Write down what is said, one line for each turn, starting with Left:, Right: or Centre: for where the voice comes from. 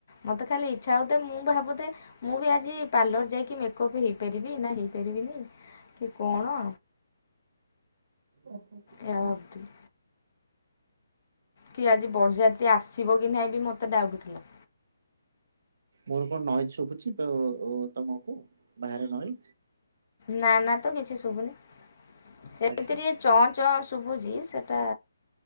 Left: ମତେ ଖାଲି ଇଚ୍ଛା ହଉଥାଏ, ମୁଁ ଭାବୁଥାଏ ମୁଁ ବି ଆଜି ପାର୍ଲର ଯାଇକି ମେକଅପ୍ ହେଇପାରିବି ନା ହେଇ ପାରିବିନି କି କଣ
Right: ଓହୋ
Left: ଏହା
Right: ହୁଁ।
Left: ଭାବୁଥିଲି। କି ଆଜି ବରଯାତ୍ରୀ ଆସିବ କି ନାହିଁ ବି ମତେ ଡାଉଟ ଥିଲା।
Right: ମୋର କଣ ନଏଜ୍ ଶୁଭୁଛି ବ-ଅ ତମକୁ ବାହାରେ ନଏ
Left: ନା ନା ତ କିଛି ଶୁଭୁନି ସେମିତି
Right: ଆଚ୍ଛା
Left: ଟିକେ ଚଁ ଚଁ ଶୁ ଶୁଭୁଛି ସେଟା